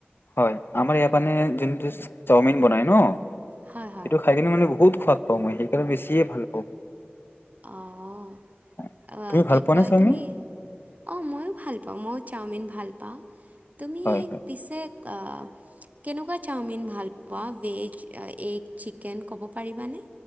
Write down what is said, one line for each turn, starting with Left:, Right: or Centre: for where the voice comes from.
Left: হয়। আমাৰ ইয়াৰ মানে যোনটো চাওমিন বনাই ন,
Right: হয় হয়
Left: সেইটো খাই কিনে মানে বহুত সোৱাদ পাওঁ মই সেইকাৰণে বেছিয়ে ভাল পাওঁ। <unintelligible>
Right: অ', অ',
Left: তুমি ভাল
Right: কি
Left: পোৱা
Right: কয়
Left: নে চাওমিন?
Right: তুমি, অ', ময়ো ভাল পাওঁ মইও চাওমিন ভাল পাওঁ। তুমি
Left: হয় হয়
Right: পিছে
Left: <unintelligible>
Right: অ' কেনেকুৱা চাওমিন ভাল পোৱা ভেজ, এগ, চিকেন ক'ব পাৰিবানে?